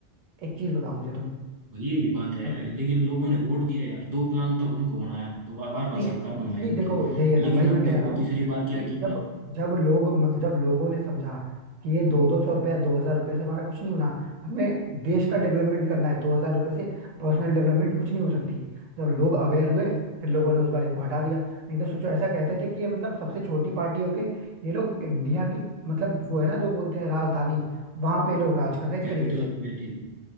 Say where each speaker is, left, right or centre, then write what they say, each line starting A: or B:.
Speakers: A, on the right; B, on the right.
A: एक चीज बताओ मुझे तुम
B: वही यही बात है
A: है कि नहीं?
B: लेकिन लोगों ने वोट दिया यार दो प्लान तक उनको बनाया दो बार बार बार
A: नहीं
B: सरकार बनवाई
A: इसी
B: उनकी
A: देखो यही है
B: लेकिन
A: ना वही
B: अब
A: मैं कह
B: देखो
A: रहा हूँ
B: तीसरी बार क्या
A: कि
B: किया
A: जब जब लोग मतलब जब लोगों ने समझा कि ये दो दो सौ रुपया दो हजार रुपये से हमारा कुछ नहीं होना हमें देश का डेवलपमेंट करना है दो हजार रुपये से पर्सनल डेवलपमेंट कुछ नहीं हो सकती जब लोग अवेयर हुए फिर लोगों ने उस बार इनको हटा दिया नहीं तो सोचो ऐसा कहते थे कि ये मतलब सबसे छोटी पार्टी होके ये लोग इंडिया की मतलब वो है ना जो बोलते हैं राजधानी वहां पे ये लोग राज कर रहे हैं एक
B: कैपिटल
A: तरीके से
B: में बैठे थे